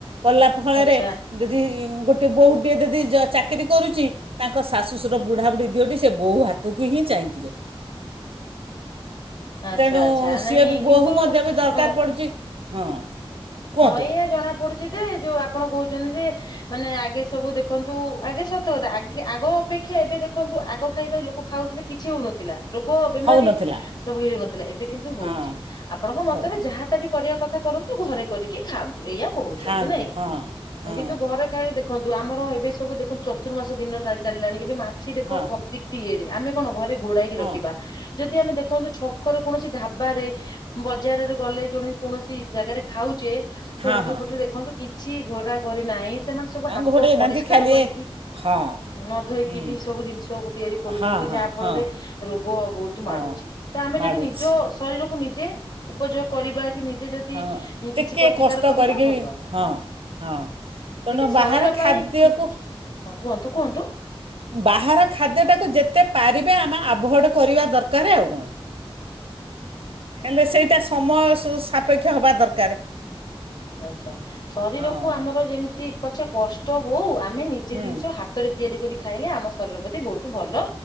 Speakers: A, on the right (about 70°); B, on the left (about 45°).
A: କଲା ଫଳେରେ
B: ଆଚ୍ଛା
A: ଯଦି ଗୋଟିଏ ବୋହୁଟିଏ ଯଦି ଯ ଚାକିରି କରୁଚି ତାଙ୍କ ଶାଶୁଶୁର ବୁଢାବୁଢି ଦିଓଟି ସେ ବୋହୂ ହାତୁକୁ ହିଁ ଚାହିଁଥିବେ।
B: ଆଚ୍ଛା
A: ତେଣୁ
B: ଆଚ୍ଛା
A: ସିଏ
B: ନାଇଁ
A: ବି ବୋହୂ
B: କିନ୍ତୁ
A: ମଧ୍ୟ ବି ଦରକାର
B: ହଁ
A: ପଡୁଚି ହଁ କୁହନ୍ତୁ
B: ହଁ ଏଇଆ ଜଣା ପଡୁଚି ଦେ ଯୋଉ ଆପଣ କହୁଚନ୍ତି ଯେ ମାନେ ଆଗେ ସବୁ ଦେଖନ୍ତୁ ଆଜ୍ଞା ସତକଥା ଆଗେ ଆଗ ଅପେକ୍ଷା ଏବେ ଦେଖନ୍ତୁ ଆଗ ଖାଇବା ଲୋକ ଖାଉଥିଲେ କିଛି ହଉନଥିଲା ରୋଗ ବେମାରୀ
A: ହେଉନଥିଲା
B: ସବୁ ହେଉନଥିଲା ଏବେ କିନ୍ତୁ ହଉଚି।
A: ହଁ
B: ଆପଣଙ୍କ ମତରେ
A: ହଉ
B: ଯାହାଟା ବି କରିବା କଥା କରୁନ୍ତୁ ନ୍ତୁ ଘରେ କରିକି ଖାଆନ୍ତୁ, ଏଇଆ କହୁଚନ୍ତି
A: ଖାଆନ୍ତୁ
B: ନାଇଁ।
A: ହଁ ହଁ
B: କିନ୍ତୁ ଘରେ ଖାଲିଦେଖନ୍ତୁ ଆମର ଏବେ ସବୁ ଦେଖନ୍ତୁ ଚତୁର୍ମାସ ଦିନ ଲା-ଚାଲିଲାଣି ଏବେ ମାଛି ଦେଖ
A: ହଁ
B: ପ୍ରତି ତିଇଏରେ ଆମେ କଣ ଘରେ ଘୋଡାଇକି
A: ହଁ
B: ରଖିବା
A: ହଁ
B: ଯଦି ଆମେ ଦେଖନ୍ତୁ ଛ କରେ କୌଣସି ଢାବାରେ ବଜାରରେ ଗଲେ ଜଣେ କୌଣସି ଜାଗାରେ ଖାଉଚେ ତ
A: ହଁ
B: ହୋଟେଲ୍
A: ହଁ
B: ଫୋଟେଲ୍ ଦେଖନ୍ତୁ କିଛି ଘୋରା ଘୋରି ନାଇଁ, ସେମାନେ ସବୁ
A: ଆଉ
B: ହାତ
A: ଘୋଡ଼େଇ
B: ଅପରିଷ୍କାର
A: ନାହାନ୍ତି ଖାଲି
B: କରିକି
A: ହଁ।
B: ନ ଧୋଇକି
A: ହୁଁ
B: ବି ସବୁ ଦିନିଷକୁ ତିଆରି କରୁଚନ୍ତି
A: ହଁ ହଁ
B: ଯାହା ଫଳରେ
A: ହଁ
B: ରୋଗ ବହୁତ
A: ହଁ
B: ମାଡୁଚି। ତ ଆମେ
A: ମାଡ଼ୁଛି
B: ଯଦି ନିଜ ଶରୀରକୁ ନିଜେ ଉପଯୋଗ କରିବା କି ନିଜେ ଯଦି
A: ହଁ
B: ଆଁ
A: ଟିକେ
B: କିଛି ପ୍ରତିକାର
A: କଷ୍ଟ
B: କରିବା
A: କରିକି
B: ଭଲ।
A: ହଁ ହଁ
B: ଏତିକି
A: ତେଣୁ
B: ଶରୀର
A: ବାହାର ଖାଦ୍ୟକୁ
B: ପାଇଁ ଠିକ୍ ହଁ କୁହନ୍ତୁ କୁହନ୍ତୁ।
A: ବାହାର ଖାଦ୍ୟଟାକୁ ଯେତେ ପାରିବେ ଆମେ ଆଭୋଏଡ୍ କରିବା ଦରକାର ଆଉ କଣ। ହେଲେ
B: ଆଚ୍ଛା
A: ସେଇଟା ସମୟ ସୁ-ସାପେକ୍ଷ ହବା ଦରକାରେ।
B: ଆଚ୍ଛା ଶରୀରକୁ
A: ହଁ
B: ଆମର ଯେମିତି ପଛେ କଷ୍ଟ ହଉ ଆମେ ନିଜେ
A: ହୁଁ
B: ଦିନିଷ ହା ହାତରେ ତିଆରି କରି ଖାଇଲେ ଆମ ଶରୀର ପ୍ରତି ବହୁତ ଭଲ